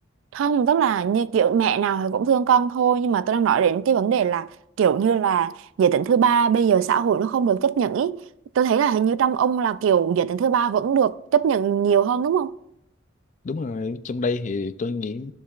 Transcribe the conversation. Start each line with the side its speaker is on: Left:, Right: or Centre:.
Right: Không, tức là như kiểu mẹ nào thì cũng thương con thôi nhưng mà tôi đang nói đến cái vấn đề là kiểu như là giới tính thứ ba bây giờ xã hội nó không được chấp nhận ý. Tôi thấy là hình như trong ông là kiểu giới tính thứ ba vẫn được chấp nhận nhiều hơn đúng không?
Left: đúng rồi trong đây thì tôi nghĩ